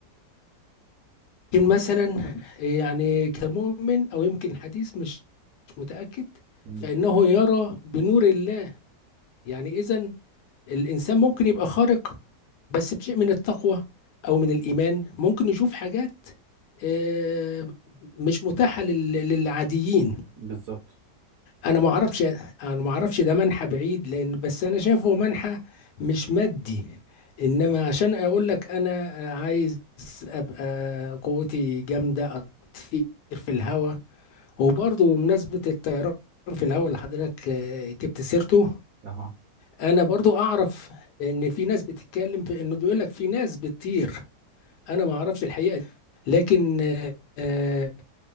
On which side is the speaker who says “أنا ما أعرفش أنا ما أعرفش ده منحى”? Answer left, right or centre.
Left